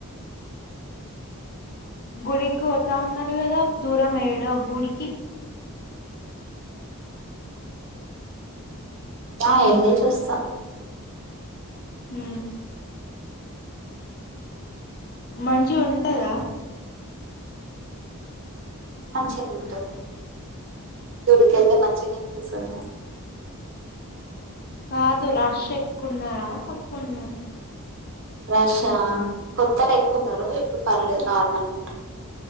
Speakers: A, on the left; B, on the right.
A: గుడికి పోతా అన్నారు కదా దూరం వేయడు గుడికి
B: ఆ ఎలేసి వస్తా
A: ఉ మంచి ఉంటదా
B: మంచిగానే ఉంటుంది గుడికి వెళ్తే మంచిగానే అనిపిస్తుంది గా
A: కాదు రష్ ఎక్కువన్నారా తక్కువ ఉన్నారు
B: రష్ ఆ కొత్తలో ఎక్కువ ఉన్నారు ఇప్పుడు పర్లేదు నార్మల్ ఉన్నారు